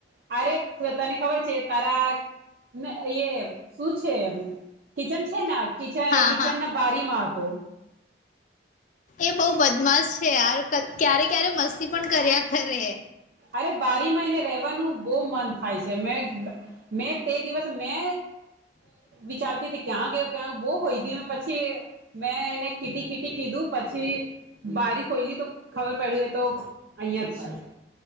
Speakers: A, on the right; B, on the left.
A: અરે તને ખબર છે ખારા ને એ શું છે કિચન છે ન કચ
B: હા
A: કિચન
B: હા
A: ના બારીમાં હત
B: એ બહુ બદમાશ છે યાર ક્યારે ક્યારે મસ્તી પણ કર્યા ખરે
A: અરે બારીમાં એને રવાનું બહ મન થાય છે મે મે તે દિવસ મે વિચારતી તે ક્યાં ગયો ક્યાં બહ હોઈડી મે પછી મેં એને કીટી કીટી કીધું પછી બારી ખોઈલી તો ખબર પડ્યું એ તો અહિયાં જ છે